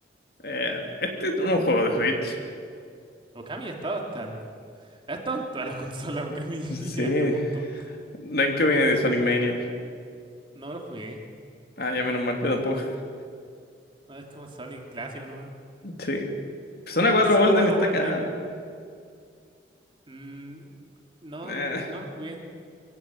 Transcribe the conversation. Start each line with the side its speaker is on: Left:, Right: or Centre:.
Left: Eh, este es un juego de Switch.
Right: Okami ha estado hasta en- ha estado en todas las consolas, Okami,
Left: Sí.
Right: <laughs> ya
Left: ¿De
Right: a este punto.
Left: en qué viene de Sonic Mania?
Right: No lo jugué.
Left: Ah, ya menos mal, yo tampoco.
Right: No, es como Sonic clásico nomás.
Left: <laughs> Sí. Persona cuatro
Right: Persona
Left: Golden
Right: 4
Left: está
Right: Golden.
Left: acá.
Right: mm, no,
Left: Eh,
Right: n- no lo jugué.